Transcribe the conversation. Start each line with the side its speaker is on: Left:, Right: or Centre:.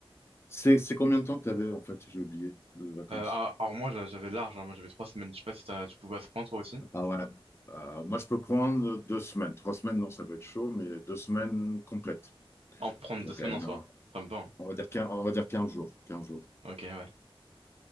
Left: C'est c'est combien de temps que tu avais, en fait, j'ai oublié, de vacances?
Right: Euh, ah, alors moi j'a- j'avais large, hein. Moi j'avais trois semaines. Je sais pas si t'as- tu pouvais à ce point toi aussi.
Left: Ah ouais. Euh, moi, je peux prendre deux semaines. Trois semaines, non, ça va être chaud, mais deux semaines complètes.
Right: En prendre
Left: Donc,
Right: deux semaines
Left: allez,
Right: en
Left: non,
Right: soi. Ça me va. hein.
Left: on va dire 15, on va dire 15 jours. 15 jours.
Right: Ok, ouais.